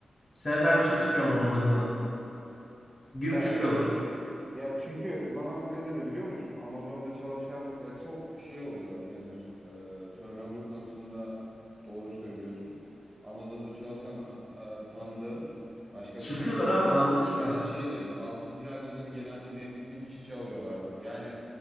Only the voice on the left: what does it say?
Senelerce çalışmıyor Amazon depoda. Girip
çıkıyorlar.
Çıkıyorlar
abi anında çıkıyorlar.